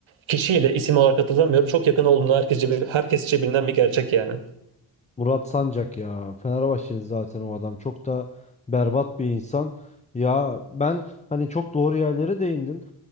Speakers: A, on the right; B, on the left.
A: kişiyle isim olarak hatırlamıyorum. Çok yakın olduğunu herkesçe, herkesçe bilinen bir gerçek yani.
B: Murat Sancak ya. Fenerbahçeli zaten o adam. Çok da berbat bir insan. Ya ben hani çok doğru yerlere değindin.